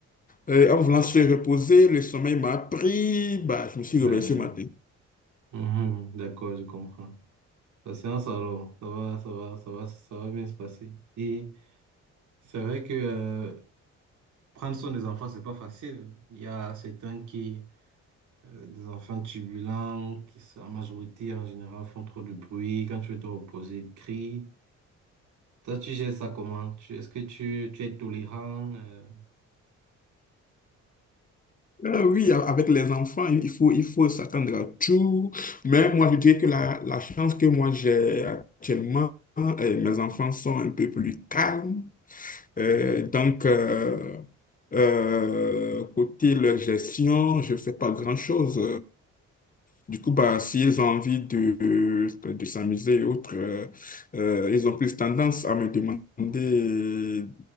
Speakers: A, on the left; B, on the right.
A: Euh, en voulant se reposer, le sommeil m'a pris. Bah, je me suis
B: Ouais.
A: réveillé ce matin.
B: Mhm, d'accord, je comprends. La séance alors, ça va, ça va, ça va, ça va bien se passer. Et c'est vrai que euh, Prendre soin des enfants, c'est pas facile. Il y a certains qui, euh, des enfants turbulents, qui en majorité, en général, font trop de bruit. Quand tu veux te reposer, ils crient. Toi, tu gères ça comment? Tu, est-ce que tu, tu es tolérant? euh,
A: Euh, oui, a- avec les enfants, il faut, il faut s'attendre à tout. Mais moi, je dirais que la, la chance que moi j'ai actuellement, euh, mes enfants sont un peu plus calmes. Euh,
B: oui.
A: donc, euh, euh, côté leur gestion, je ne fais pas grand-chose. Du coup, bah, s'ils ont envie de, euh, de s'amuser et autres, euh, euh, ils ont plus tendance à me demander de,